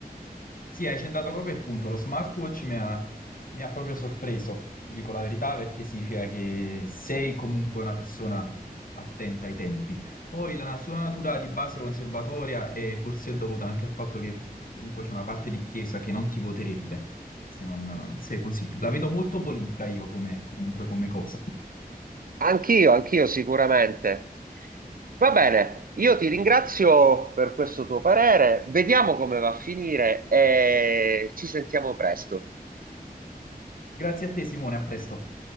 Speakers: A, on the left; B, on the right.
A: Sì, hai centrato proprio il punto, lo smartwatch mi ha, mi ha proprio sorpreso, ti dico la verità, perché significa che sei comunque una persona attenta ai tempi. Poi la na- sua natura di base conservatoria è forse dovuta anche al fatto che comunque c'è una parte di chiesa che non ti voterebbe se non sei così. La vedo molto politica io come, comunque come cosa.
B: Anch'io, anch'io sicuramente. Va bene, io ti ringrazio per questo tuo parere. Vediamo come va a finire e ci sentiamo presto.
A: Grazie a te, Simone, a presto.